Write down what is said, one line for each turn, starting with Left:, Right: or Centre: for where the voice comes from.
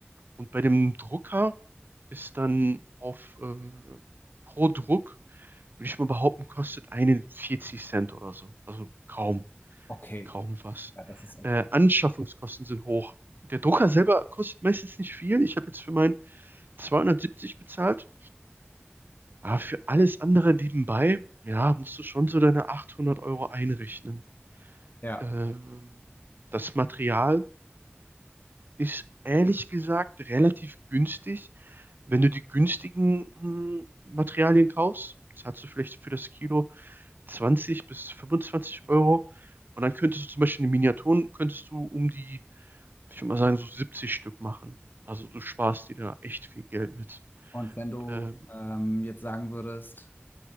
Right: Und bei dem Drucker ist dann auf äh, pro Druck, würde ich mal behaupten, kostet einen 40 Cent oder so. Also kaum,
Left: Okay,
Right: kaum was.
Left: ja, das ist echt.
Right: Äh, Anschaffungskosten sind hoch. Der Drucker selber kostet meistens nicht viel. Ich habe jetzt für meinen 270 bezahlt. Aber für alles andere nebenbei, ja, musst du schon so deine 800 Euro einrechnen.
Left: Ja,
Right: Ähm, das Material ist ehrlich gesagt relativ günstig. Wenn du die günstigen mm, Materialien kaufst, zahlst du vielleicht für das Kilo 20 bis 25 Euro. Und dann könntest du zum Beispiel in den Miniaturen, könntest du um die, ich würde mal sagen, so 70 Stück machen. Also du sparst dir da echt viel Geld mit.
Left: und wenn du
Right: Ähm,
Left: ähm, jetzt sagen würdest,